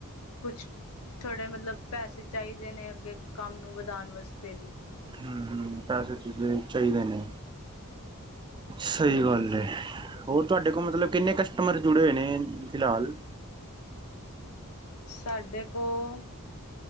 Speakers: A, on the left; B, on the right.
A: ਕੁੱਛ ਥੋੜ੍ਹੇ ਮਤਲਬ ਪੈਸੇ ਚਾਈਦੇ ਨੇ, ਅੱਗੇ ਕੰਮ ਨੂੰ ਵਧਾਣ ਵਾਸਤੇ ਵੀ।
B: ਹੂੰ-ਹੂੰ। ਪੈਸੇ ਪੂਸੇ ਵੀ ਚਾਈਦੇ ਨੇ, ਸਈ ਗੱਲ ਏ। ਹੋਰ ਤੁਹਾਡੇ ਕੋਲ ਮਤਲਬ ਕਿੰਨੇ ਕਸਟਮਰ ਜੁੜੇ ਹੋਏ ਨੇ ਫਿਲਹਾਲ।
A: ਸਾਡੇ ਕੋਲ